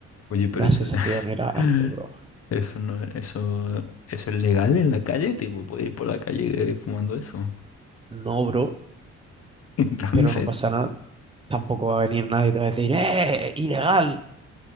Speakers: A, on the left; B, on the right.
A: Oye, pero
B: la
A: eso,
B: sensación era algo,
A: <laughs>
B: bro.
A: eso no, eso, eso es legal en la calle, tipo, puedes ir por la calle eh, fumando eso. <laughs>
B: No, bro,
A: Entonces.
B: pero no pasa nada. Tampoco va a venir nadie y te va a decir, ¡eh! ¡Ilegal!